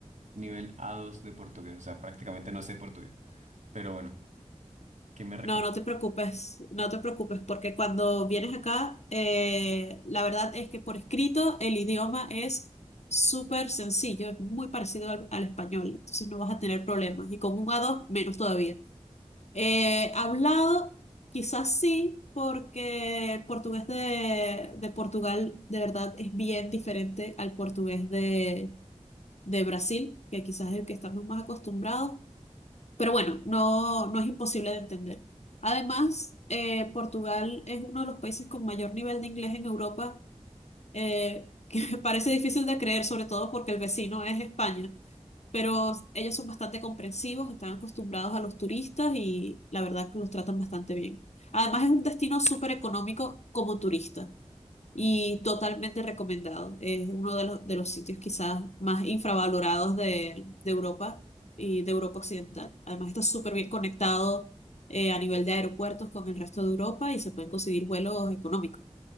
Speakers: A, on the right (about 75°); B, on the left (about 65°).
A: nivel a dos de portugués, o sea, prácticamente no sé portugués, pero bueno, ¿qué me recomiendas?
B: No, no te preocupes, no te preocupes, porque cuando vienes acá, eh, la verdad es que por escrito el idioma es súper sencillo, es muy parecido al, al español, entonces no vas a tener problemas, y con un A2 menos todavía. Eh, hablado, quizás sí, porque el portugués de, de Portugal de verdad es bien diferente al portugués de, de Brasil, que quizás es el que estamos más acostumbrados, pero bueno, no, no es imposible de entender. Además, eh, Portugal es uno de los países con mayor nivel de inglés en Europa, eh, que <laughs> parece difícil de creer, sobre todo porque el vecino es España. Pero ellos son bastante comprensivos, están acostumbrados a los turistas y la verdad que los tratan bastante bien. Además, es un destino súper económico como turista y totalmente recomendado. Es uno de los, de los sitios quizás más infravalorados de, de Europa y de Europa Occidental. Además está súper bien conectado eh, a nivel de aeropuertos con el resto de Europa y se pueden conseguir vuelos económicos.